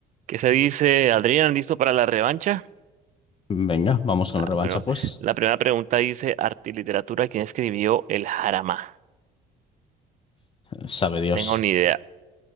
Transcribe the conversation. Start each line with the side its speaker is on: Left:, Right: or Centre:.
Right: ¿Qué se dice, Adrián? ¿Listo para la revancha?
Left: Venga, vamos con
Right: Ah,
Left: la revancha,
Right: bueno,
Left: pues.
Right: la primera pregunta dice, arte y literatura, ¿quién escribió el Jarama?
Left: Sabe Dios.
Right: Tengo ni idea.